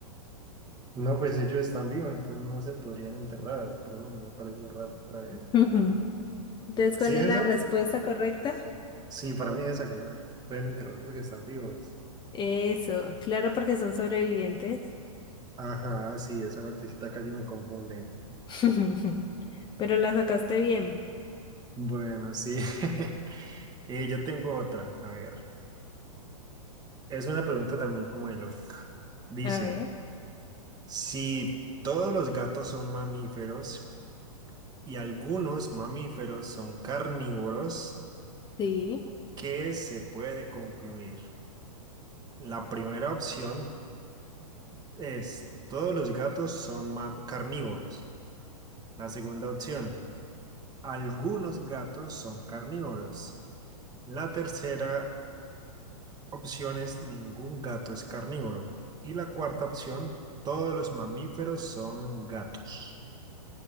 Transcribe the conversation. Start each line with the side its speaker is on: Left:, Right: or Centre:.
Right: No, pues ellos están vivos, entonces no se podrían enterrar, pero me pareció raro otra vez.
Left: <laughs> Entonces, ¿cuál
Right: ¿Sí es
Left: es la
Right: esa?
Left: respuesta correcta?
Right: Sí, para mí es esa que no pueden enterrar porque están vivos.
Left: Eso, claro, porque son sobrevivientes.
Right: Ajá, sí, esa partecita casi me confunde.
Left: <laughs> Pero la sacaste bien.
Right: Bueno, sí. <laughs> Eh, yo tengo otra. A ver, es una pregunta también como de lógica. Dice,
Left: A ver,
Right: si todos los gatos son mamíferos y algunos mamíferos son carnívoros,
Left: sí.
Right: ¿qué se puede concluir? La primera opción es, todos los gatos son ma- carnívoros. La segunda opción, algunos gatos son carnívoros. La tercera opción es ningún gato es carnívoro. Y la cuarta opción, todos los mamíferos son gatos.